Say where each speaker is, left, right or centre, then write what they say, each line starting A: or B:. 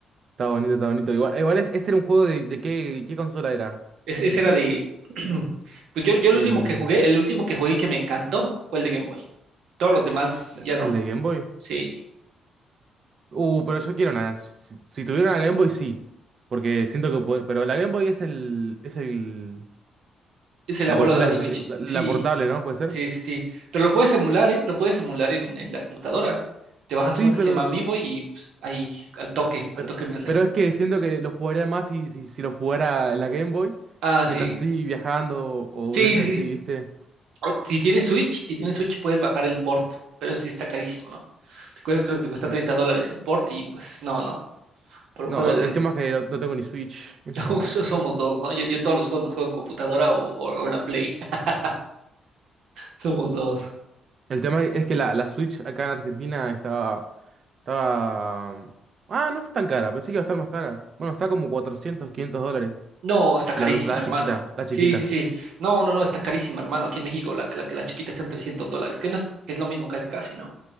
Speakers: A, on the right; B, on the right.
A: Está bonito, está bonito. Igual, igual es- este era un juego de, de qué, qué consola era.
B: Es- ese
A: ¿El
B: era
A: Switch?
B: de... <clears throat> Pues yo, yo el
A: ¿Del,
B: último que jugué, el último que jugué y que me encantó fue el de Game Boy. Todos los demás ya
A: el
B: no.
A: el de Game Boy?
B: Sí.
A: Uh, pero yo quiero una. Si, si tuviera una Game Boy, sí. Porque siento que poder. Pero la Game Boy es el. Es el.
B: Es el abuelo
A: La consola
B: de la
A: que
B: Switch.
A: se lle- La,
B: Sí,
A: la portable, ¿no? ¿Puede ser?
B: sí, sí, sí. Pero lo puedes emular, ¿eh? Lo puedes emular en, en la computadora. Te bajas
A: Sí,
B: uno que
A: pero.
B: se llama Amiibo y pues, ahí, al toque,
A: Pero,
B: al toque, mi rey.
A: pero es que siento que lo jugaría más si, si, si lo jugara en la Game Boy.
B: Ah,
A: Mientras
B: sí.
A: estoy viajando o
B: Sí,
A: boludeces
B: sí,
A: así,
B: sí.
A: ¿viste?
B: O, si tienes Switch, si tienes Switch puedes bajar el port, pero eso sí está carísimo, ¿no? Te cue- Creo que te cuesta
A: No.
B: 30 dólares el port y pues no, no. Por un
A: No,
B: juego
A: el,
B: de...
A: el tema es que no, no tengo ni Switch. <laughs> No.
B: <laughs> so- Somos dos, ¿no? Yo, yo todos los juegos los juego en computadora o, o- o la Play. <laughs> Somos dos.
A: El tema es que la, la Switch acá en Argentina estaba. Estaba. Ah, no está tan cara. Pensé que iba a estar más cara. Bueno, está como 400 500 dólares.
B: No, está carísima,
A: La, la
B: hermano.
A: chiquita, la chiquita.
B: Sí, sí, sí. No, no, no, está carísima, hermano. Aquí en México la, la, la chiquita está en 300 dólares, que no es, que es lo mismo casi, casi, ¿no?